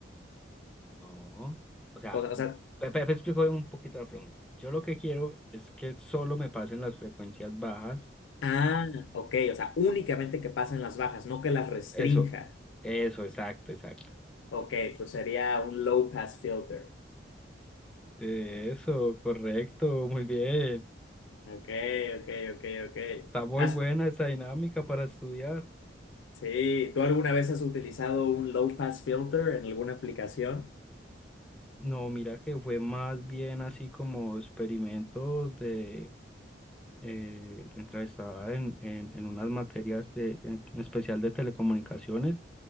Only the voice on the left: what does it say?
O sea, o sea,
ah, ok, o sea, únicamente que pasen las bajas, no que las restrinja.
Ok, pues sería un low pass filter.
Ok, ok, ok, ok.
Has-
sí, ¿tú alguna vez has utilizado un low pass filter en alguna aplicación?